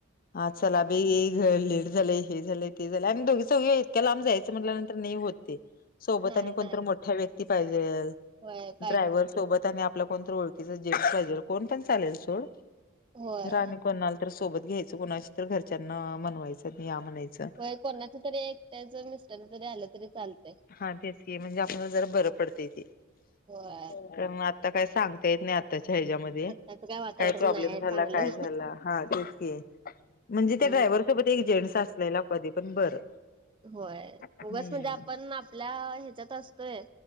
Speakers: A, on the left (about 45°); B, on the right (about 25°).
A: ह चलाबाईऽ लेट झालंय, हे झालंय, ते झालंय,,, आणि दोघी चोघी इतक्या लांब जायचं म्हटल्यानंतर नाही होत तेऽ सोबत
B: नाही
A: आणि कोणतरी
B: नाही
A: मोठ्या व्यक्ती पाहिजे,,
B: होय पाहिजे
A: ड्रायव्हर सोबतऽ
B: की
A: आपला कोणतर ओळखीचा जेंटस पायजेल,, कोण पण चालेल सोड,,
B: होय
A: खर आणि कोणाऽ तर सोबत घ्यायचं,, कोणाशी तर घरच्यांना म्हनवायचं,, आणि या म्हणायचंऽ
B: वय कोणाच तरी एक त्याच मिस्टर जरी आलं तरी चालतऽ
A: हा तेच की,, म्हणजे आपल्याला जरा बरं पडतय ते.
B: होय
A: कारन आता काय सांगता येत नाही,, आताच्या ह्याच्यामध्ये,,
B: आत्ताच वातावरण
A: काय प्रॉब्लेम
B: नाही आहे
A: झाला
B: चांगलं
A: काय झाला? हा तेचकी,, म्हणजे त्या
B: हम्म
A: ड्रायव्हर सोबत एक जेंट्स असलेला कधी पण बरं.
B: होय,,
A: हम्म
B: उगच म्हणजे आपण, आपल्या ह्याच्यात असतोय,,